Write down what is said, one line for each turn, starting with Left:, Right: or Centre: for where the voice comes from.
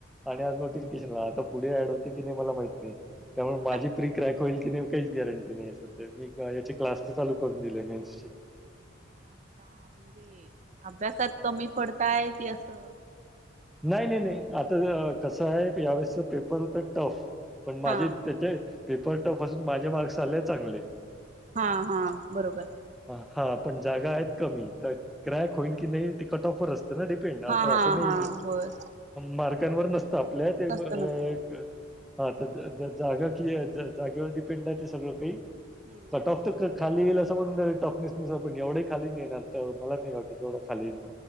Right: हा
Centre: आणि आ नोटिफिकेशन पुढे ऍड होते की नाही मला माहत नाही. त्यामुळे
Right: अच्छा
Centre: माझी फी क्रॅक होईल की नाही काहीच गॅरंटी नाही सध्या मी याची क्लास तर चालू करून दिली मीन्सची
Right: अच्छा म्हणजे अभ्यासात कमी पडताय कि असं.
Centre: नाही नाही नाही आता कसं आहे यावेळेसच पेपर होत टफ पण माझे
Right: हा
Centre: त्याचे पेपर टफ असून माझे मार्क्स आले चांगले
Right: हा हा बरोबर.
Centre: हा पण जागा आहेत. कमी तर ग्रायक
Right: अच्छा
Centre: होईन की नाही ते कट ऑफर असत. डिपेंड आता
Right: हा हा
Centre: असं नाही
Right: हा होय
Centre: मार्कवर नसत तपल्या ते
Right: नसतं नसतं
Centre: एक हा तर जागा कि जागेवर डिपेंड आहे. ते सगळं काही
Right: हम्म
Centre: कट ऑफ तर क खाली येईल असं पण टफनेस नुसार पण एवढे खाली नाही. येणार तर मला नाही वाटत तेवढ खाली